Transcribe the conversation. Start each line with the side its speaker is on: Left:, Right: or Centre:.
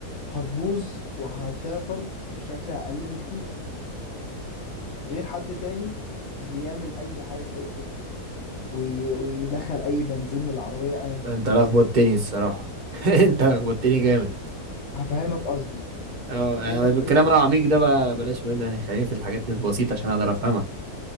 Left: هتبوظ وهتعطل بشكل اقل بكتير غير حد تاني بيعمل اي حاجة في اي حتة وي... ويدخل اي بنزين للعربية ايا
Right: انت
Left: كان
Right: لخبطتني الصراحه <laughs> انت لخبطتني جامد
Left: هفهمك قصدي
Right: اه يعني
Left: انت
Right: الكلام
Left: انت
Right: العميق ده بقى بلاش منه يعني خليني في الحاجات البسيطه عشان اقدر افهمها